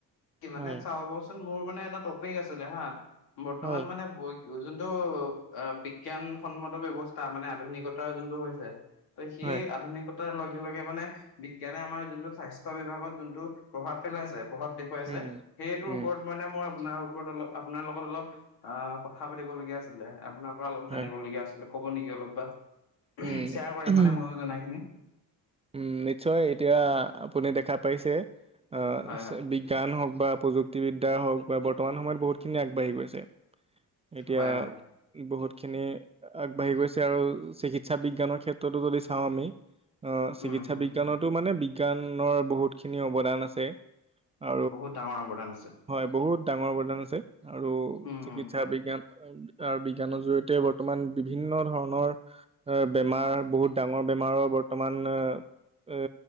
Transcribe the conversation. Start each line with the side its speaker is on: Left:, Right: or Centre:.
Left: কিমানে
Right: হয়
Left: চাহবচোন মোৰ মানে এটা টপিক আছিলে হা বৰ্তমান
Right: হয়
Left: মানে বৈ যোনটো আ বিজ্ঞানসন্মত ব্যৱস্থা মানে আধুনিকতা যোনটো হৈছে ত সেই
Right: হয়
Left: আধুনিকত তাৰ লগে লগে মানে বিজ্ঞানে আমাৰ যোনটো স্বাস্থ্য বিভাগত যোনটো প্ৰভাৱ পেলাইছে, প্ৰভাৱ বে পাৱাই
Right: উম
Left: যে সেইটোৰ
Right: উম
Left: ওপৰত মানে মোৰ আপোনাৰ ওপৰত অলপ আপোনাৰ লগত অলপ আ কথা পাতিবলগীয়া আছিলে। আপোনাৰ পৰা অলপ
Right: হয়
Left: জানিবলগীয়া আছিলে, ক'ব নেকি অলপ বা শ্বেয়াৰ
Right: উম
Left: কৰিম মানে ময়ো জনা খিনি।
Right: উম নিশ্চয় এতিয়া আপুনি দেখা পাইছে আহ
Left: হয়
Right: বি জ্ঞান হওক বা প্ৰযুক্তিবিদ্যা হওক বা বৰ্তমান সময়ত বহুতখিনি আগবাঢ়ি গৈছে। এতিয়া
Left: হয় হয় হয়
Right: বহুতখিনি আগবাঢ়ি গৈছে আৰু চিকিৎসা বিজ্ঞানৰ ক্ষেত্ৰতো যদি চাওঁ আমি অ চিকিৎসা
Left: উম হম
Right: বিজ্ঞানতো মানে বিজ্ঞানৰ বহুতখিনি অৱদান আছে, আ
Left: বহুত ডাঙৰ অৱদান আছে।
Right: হয় বহুত ডাঙৰ অৱদান আছে আৰু
Left: উম
Right: চিকিৎসা
Left: উম
Right: বিজ্ঞান আৰ বিজ্ঞানৰ জৰিয়তে বৰ্তমান বিভিন্ন ধৰণৰ বেমাৰ বহুত ডাঙৰ বেমাৰৰ বত ৰ্তমান আ এ